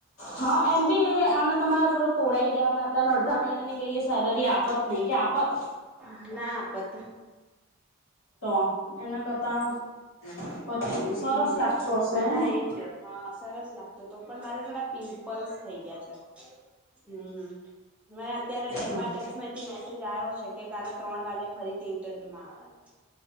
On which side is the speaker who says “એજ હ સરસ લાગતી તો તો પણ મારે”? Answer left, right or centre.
Centre